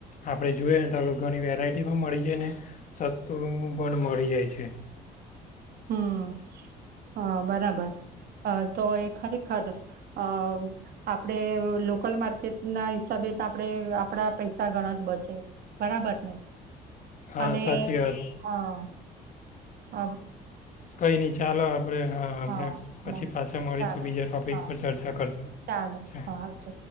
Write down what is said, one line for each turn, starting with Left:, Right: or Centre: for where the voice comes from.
Left: આપણે જોએ ને તો આપળે ઘણી વેરાયટી પણ મળી જાય ને સસ્તું પણ મળી જાય છે. હે.
Right: હમ્મ, હા બરાબર. અ તો એ ખરેખર અ આપડે લોકલ માર્કેટ ના હિસાબે તો આપળે આપડા પૈસા ઘણા જ બચે. બરાબર ને?
Left: હા
Right: અને,
Left: સાચી વાત
Right: હા. અ.
Left: કઈ ની ચાલો આપળે, હા આપણે,
Right: હા
Left: પછી પાછા મળીશું.
Right: ચાલો
Left: બીજા ટોપિક
Right: હા
Left: પર ચર્ચા કરશું
Right: ચાલો
Left: ચાલ.
Right: હા આવજો